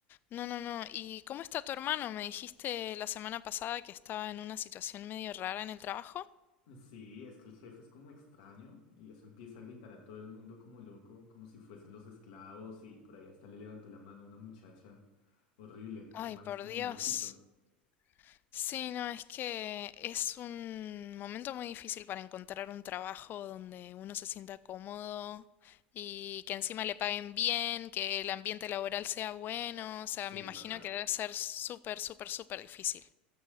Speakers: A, on the left; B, on the left.
A: no, no, no. ¿Y cómo está tu hermano? Me dijiste la semana pasada que estaba en una situación medio rara en el trabajo.
B: Sí, es que el jefe es como extraño y eso empieza a gritar a todo el mundo como loco, como si fuesen los esclavos y por ahí hasta le levantó la mano a una muchacha. Horrible, ese
A: Ay,
B: man
A: por
B: es como
A: Dios.
B: un loquito.
A: Sí, no, es que es un momento muy difícil para encontrar un trabajo donde uno se sienta cómodo y que encima le paguen bien, que el ambiente laboral sea bueno. O sea,
B: Sí,
A: me imagino
B: total.
A: que debe ser súper, súper, súper difícil.